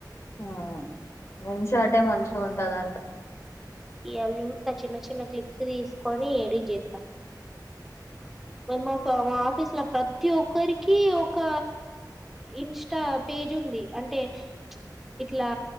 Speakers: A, on the left; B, in the centre.
A: ఆ మూషాటే మంచ్ గుంటదంట
B: ఇయల్ చూత చిన్న చిన్న క్లిప్స్ తీసుకొని ఎడిట్ చేస్తా మార్ మా ఆఫీస్ లో ప్రతి ఒక్కరికి ఒక ఇన్ స్ట పేజ్ ఉంది అంటే ఇట్లా